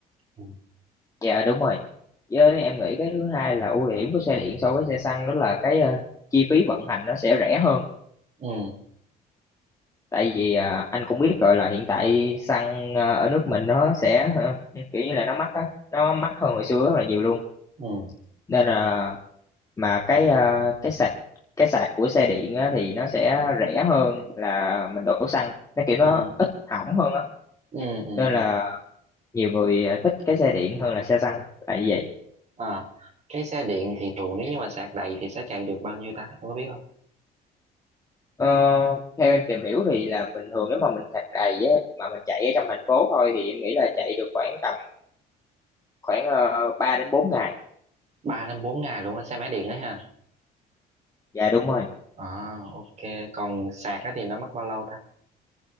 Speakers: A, on the right; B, on the left.
A: ừ
B: Dạ đúng rồi. Với em nghĩ cái thứ hai là ưu điểm của xe điện so với xe xăng đó là cái ờ, chi phí vận hành nó sẽ rẻ hơn.
A: ừ
B: Tại vì ờ, anh cũng biết rồi là hiện tại xăng ờ, ở nước mình nó sẽ ờ, kiểu như là nó mắc á, nó mắc hơn hồi xưa rất là nhiều luôn.
A: ừ
B: Nên là mà cái ờ, cái sạc cái sạc của xe điện á, thì nó sẽ rẻ hơn là mình đổ xăng. Nó kiểu nó
A: ừ
B: ít hỏng hơn á.
A: ừ ừ
B: Nên
A: ừ.
B: là nhiều người ờ, thích cái xe điện hơn là xe xăng. Tại vì vậy.
A: à cái xe điện thì thường nếu như mà sạc đầy thì sẽ chạy được bao nhiêu ta em có biết không
B: Ờ, theo em tìm hiểu thì là bình thường nếu mà mình sạc đầy á mà mình chạy ở trong thành phố thôi thì em nghĩ là chạy được khoảng tầm khoảng uh, 3 đến 4 ngày.
A: ba đến bốn ngày luôn á xe máy điện đó ha
B: Dạ đúng rồi.
A: à ok còn sạc á thì nó mất bao lâu ta